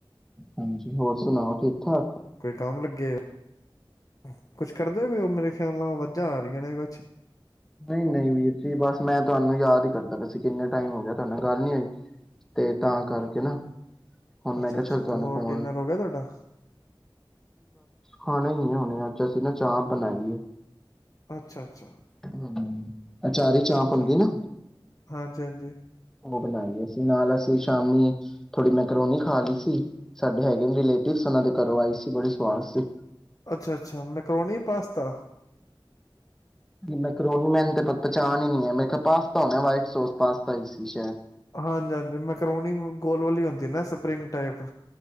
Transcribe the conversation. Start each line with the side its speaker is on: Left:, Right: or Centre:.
Centre: ਹਾਂਜੀ ਹੋਰ ਸੁਣਾਓ ਠੀਕ ਠਾਕ
Left: ਕੋਈ ਕੰਮ ਲੱਗੇ ਓ ਕੁਛ ਕਰਦੇ ਪਏ ਉਹ ਮੇਰੇ ਖਿਆਲ ਨਾਲ ਵਾਜਾਂ ਆ ਰਹੀਆਂ ਨੇ ਕੁਛ
Centre: ਨਹੀਂ ਨਹੀਂ, ਵੀਰ ਜੀ ਬਸ ਮੈਂ ਤੁਹਾਨੂੰ ਯਾਦ ਹੀ ਕਰਦਾ ਪਿਆ ਸੀ ਬਸ ਕਿੰਨੇ ਟਾਈਮ ਹੋ ਗਿਆ ਤੁਹਾਡੇ ਗੱਲ ਨੀ ਹੋਈ ਤੇ ਤਾਂ ਕਰਕੇ ਨਾ ਹੁਣ
Left: ਅੱਛਾ
Centre: ਮੈਂ ਕਿਹਾ
Left: ਅੱਛਾ,
Centre: ਚੱਲ
Left: ਤੇ
Centre: ਤੁਹਾਨੂੰ
Left: ਹੋਰ
Centre: ਫੋਨ
Left: ਡਿਨਰ ਹੋ ਗਿਆ ਤੁਹਾਡਾ।
Centre: ਖਾਣੇ ਹੀ ਹੋਣੇ ਅੱਜ ਅਸੀਂ ਨਾ ਚਾਹ ਬਣਾਈਏ
Left: ਅੱਛਾ ਅੱਛਾ।
Centre: ਹਮ, ਅਚਾਰੀ ਚਾਹ ਬਣਦੀ
Left: ਚਲੋ
Centre: ਨਾ
Left: ਹਾਂਜੀ ਹਾਂਜੀ
Centre: ਉਹ ਬਣਾਈ ਅਸੀਂ ਨਾਲ ਅਸੀਂ ਸ਼ਾਮੀ ਥੋੜੀ ਮੈਕਰੋਨੀ ਖਾ ਲਈ ਸੀ ਸਾਡੇ ਹੈਗੇ ਰਿਲੇਟਿਵ ਉਹਨਾਂ ਦੇ ਘਰੋਂ ਆਈ ਸੀ ਬੜੀ ਸਵਾਦ ਸੀ
Left: ਅੱਛਾ ਅੱਛਾ, ਮੈਂਕਰੋਣੀ ਪਾਸਤਾ
Centre: ਮੈਂਕਰੋਣੀ ਮੈਨੂੰ ਤੇ ਪਹਿਚਾਣ ਹੀ ਨੀ ਹੈ ਮੈਂ ਪਾਸਤਾ ਹੋਣਾ ਵਾਈਟ ਸੋਸ ਪਾਸਤਾ ਹੀ ਸੀ ਸ਼ਾਇਦ
Left: ਹਾਂਜੀ ਹਾਂਜੀ, ਮੈਕਰੋਨੀ ਗੋਲ ਵਾਲੀ ਹੁੰਦੀ ਨਾ ਸਪਰਿੰਗ ਟਾਈਪ